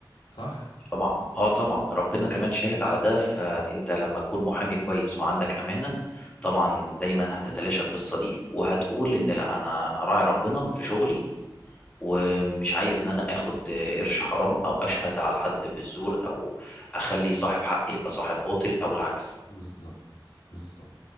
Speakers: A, on the left (about 80°); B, on the left (about 15°).
A: صح
B: طبعا اه طبعا ربنا كمان شاهد على ده فانت لما تكون محامي كويس وعندك امانة طبعا دايما هتتلاشى القصة دي وهتقول ان لا انا راعي ربنا في شغلي ومش عايز ان انا اخد آه، قرش حرام او اشهد على حد بالزور او اخلي صاحب حق يبقى صاحب باطل او العكس
A: بالظبط بالظبط